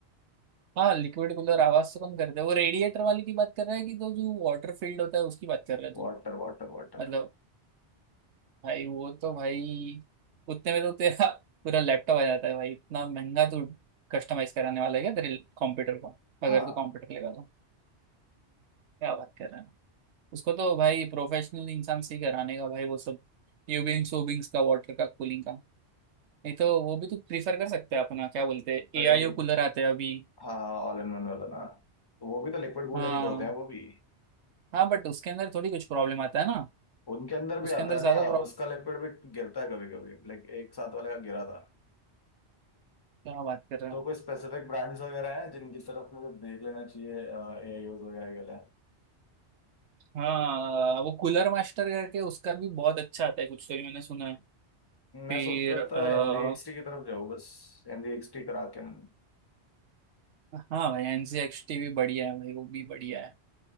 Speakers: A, on the right; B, on the left.
A: हाँ लिक्विड कूलर आवाज तो कम करता है वो रेडिएटर वाली की बात कर रहा है कि तो जो वाटर फील्ड होता है उसकी बात कर रहा है
B: Water
A: तू
B: water water
A: मतलब भाई वो तो भाई उतने में तो तेरा पूरा लैपटॉप आ जाता है भाई इतना महंगा तू कस्टमाइज कराने वाला है क्या तेरे कंप्यूटर को अगर
B: हाँ
A: तू कंप्यूटर लेगा तो क्या बात कर रहा है उसको तो भाई प्रोफेशनल इंसान से ही कराने का भाई वो सब यूबिंग्स वूबिंग्स का वाटर का कूलिंग का नहीं तो वो भी तो प्रीफर कर सकते हैं अपना क्या बोलते हैं
B: रेड
A: एआईओ कूलर आते हैं अभी
B: हाँ ऑल इन वन वाला ना तो वो भी तो लिक्विड कूलर
A: हाँ
B: ही तो होते हैं वो भी
A: हाँ बट उसके अंदर थोड़ी कुछ प्रॉब्लम आता है ना
B: उनके अंदर भी
A: उसके
B: आता
A: अंदर
B: है
A: ज्यादा
B: ना
A: प्रॉब्लम
B: उसका लिक्विड भी गिरता है कभी कभी लाइक एक साथ वाले का गिरा था
A: क्या बात कर रहे
B: तो
A: हैं
B: कोई स्पेसिफिक ब्रांड्स वगैरह हैं जिनकी तरफ मुझे देख लेना चाहिए ए आई वगैरह के लिए
A: हाँ वो कूलर मास्टर करके उसका भी बहुत अच्छा आता है कुछ तो भी मैंने सुना है
B: मैं
A: फिर
B: सोच रहा
A: आ,
B: था एनजीएक्सटी की तरफ जाऊँ बस एनजीएक्सटी करा के न-
A: हाँ भाई एनसीएक्सटी भी बढ़िया है भाई वो भी बढ़िया है